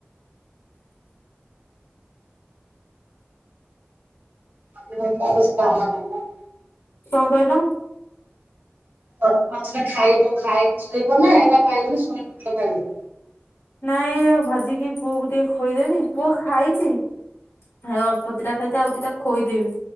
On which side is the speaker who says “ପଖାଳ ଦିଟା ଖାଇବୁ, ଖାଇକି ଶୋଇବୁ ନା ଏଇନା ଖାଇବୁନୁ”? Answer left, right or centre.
Right